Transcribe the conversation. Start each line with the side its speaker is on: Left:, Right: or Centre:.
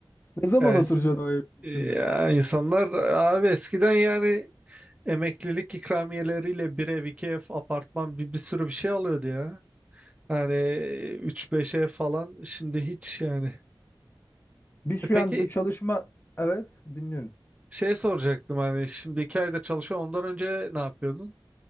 Left: Ne zaman
Right: Yani,
Left: oturacaksın o evin içinde?
Right: e, ya insanlar abi eskiden yani emeklilik ikramiyeleriyle bir ev, iki ev, apartman bir, bir sürü bir şey alıyordu ya. Yani 3-5 ev falan şimdi hiç yani.
Left: Biz
Right: E
Left: şu
Right: peki
Left: an bu çalışma... Evet, dinliyorum.
Right: şey soracaktım hani şimdi iki ayda çalışıyor ondan önce ne yapıyordun?